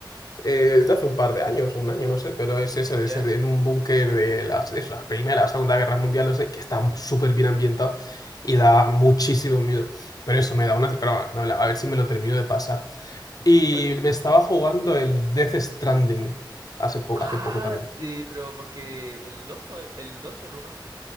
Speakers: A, on the left; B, on the right.
A: eh, es de hace un par de años o un año, no sé, pero es eso, es
B: ¿Ya?
A: en un búnker de las, de la Primera o Segunda Guerra Mundial, no sé, que está súper bien ambientado y da muchísimo miedo. Pero eso me da una... Pero bueno, a ver si me lo termino de pasar. Y
B: Oye,
A: me estaba jugando el Death Stranding hace, po-
B: ah,
A: hace poco también.
B: eh, pero porque el 2 o el dos o el uno.